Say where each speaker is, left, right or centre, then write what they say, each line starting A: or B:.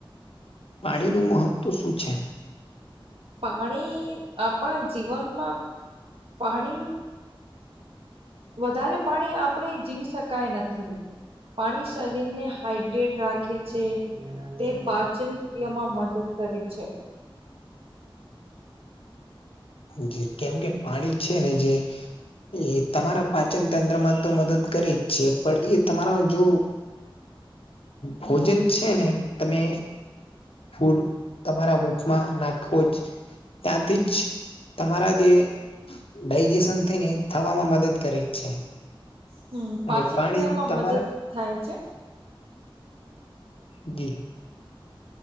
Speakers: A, on the left; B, on the right.
A: પાણી નું મહત્વ શું છે?
B: પાણી આપણા જીવનમાં પાણી વધારે પાણી આપણે જીવી શકાય નથી પાણી શરીર ને હાઈડ્રેટ રાખે છે. તે પાચન ક્રિયામાં મદદ કરે છે.
A: જી કેમ કે પાણી છે, ને જે એ તમારા પાચન તંત્રમાં તો મદદ કરે જ છે, પણ એ તમારા જો ભોજન છે, ને તમે ફૂડ તમારા મુખમાં નાખવો જ ત્યાંથી જ તમારા જે ડાયજેશન થયને થવામાં મદદ કરી જ છે.
B: હમ પાચન
A: અને પાણી
B: ક્રિયામાં
A: તમારા
B: મદદ થાય છે.
A: જી.